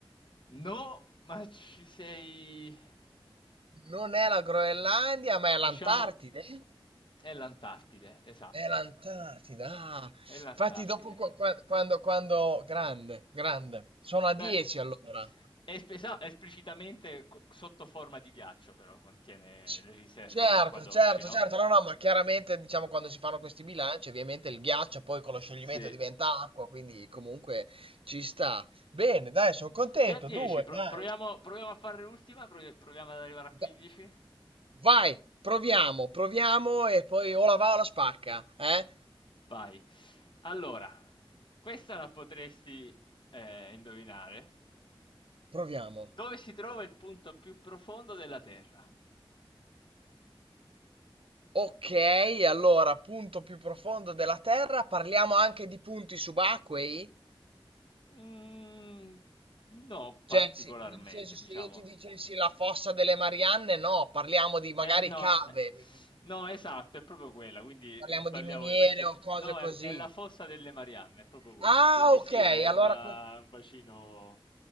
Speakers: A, on the left (about 55°); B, on the right (about 70°).
A: No, ma ci sei...
B: Non è la Groenlandia, ma è l'Antartide.
A: Diciamo, è l'Antartide, esatto.
B: È l'Antartida. ah.
A: È l'Antartide.
B: Infatti dopo qua- qua- quando, quando... Grande, grande. Sono a 10
A: Beh,
B: allora.
A: è espesa- esplicitamente co- sotto forma di ghiaccio, però contiene
B: C-
A: le riserve
B: Certo,
A: di acqua dolci,
B: certo,
A: no?
B: certo, no, no, ma chiaramente diciamo quando si fanno questi bilanci, ovviamente il ghiaccio poi con lo scioglimento
A: Sì.
B: diventa acqua, quindi comunque ci sta. Bene, dai, sono contento,
A: Sei a 10,
B: due,
A: pro-
B: dai.
A: proviamo, proviamo a fare l'ultima, prov- proviamo ad arrivare a 15.
B: Va- Vai, proviamo, proviamo e poi o la va o la spacca, eh?
A: Vai. Allora, questa la potresti eh, indovinare.
B: Proviamo.
A: Dove si trova il punto più profondo della Terra?
B: Ok, allora, punto più profondo della Terra, parliamo anche di punti subacquei?
A: Mm, no,
B: Cioè,
A: particolarmente,
B: se, nel senso, se
A: diciamo.
B: io ti dicessi la fossa delle Marianne, no, parliamo di magari
A: Eh, no,
B: cave,
A: eh,
B: mi dici.
A: no, esatto, è proprio quella, quindi
B: Parliamo
A: sbagliavo
B: di miniere
A: perché
B: o cose
A: no,
B: così.
A: è, è la fossa delle Marianne, è proprio quello,
B: Ah,
A: quindi
B: ok,
A: sì, è
B: allora
A: una,
B: que-
A: un bacino,